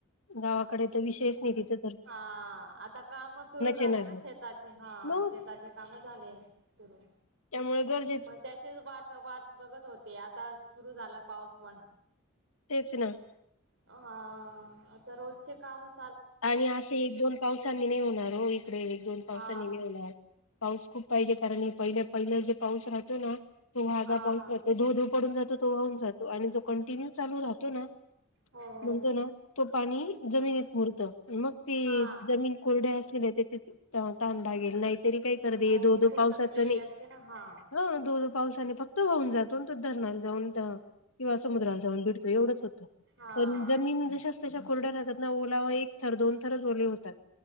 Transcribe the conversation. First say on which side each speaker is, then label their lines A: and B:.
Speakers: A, on the left; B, on the right.
A: गावाकडे तर विषयच नाही. तिथं
B: हा आता काम सुरू झाले
A: येणार
B: ना
A: नाही
B: शेताचे. हा
A: मग
B: शेताचे काम झाले, सुरू.
A: त्यामुळे गरजेच
B: मग त्याचीच वाट, वाट बघत होते. आता सुरू झाला पाऊस पण.
A: तेच ना.
B: हा, आता रोजचे कामच
A: आणि असे एक, दोन पावसानी नाही होणार हो, इकडे एक, दोन पावसानी
B: हा
A: नाही होणार. पाऊस खूप पाहिजे. कारण हे पहिले, पहिले जे पाऊस राहतो ना तो वागा
B: हा
A: पाऊस
B: हा
A: जातो, धोधो पडून जातो तो वाहून जातो. आणि जो कंटिन्यू चालू राहतो ना
B: हो हो
A: म्हणतो ना तो पाणी जमिनीत मुरतं, मग ते
B: हा
A: जमीन कोरडे असले ना तर ते तहान लागेल. नाहीतरी काही कर दे,
B: हो
A: धोधो
B: खूप
A: पावसाचं
B: तपलेली
A: नाही
B: असते ना हा
A: हं, धोधो पावसाने फक्त वाहून जातो ना. तो धरणाला जाऊन किंवा समुद्रात जाऊन भिडतो, एवढंच होतं.
B: हा
A: पण जमीन जशाच तशा कोरड्या राहतात, ना ओलावा एक थर, दोन थरच ओले होतात.